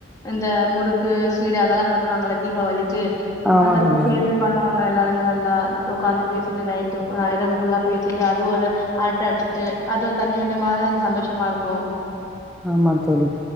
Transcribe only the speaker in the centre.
ஆமா
தோழி
ஆமா
ஆமா தோழி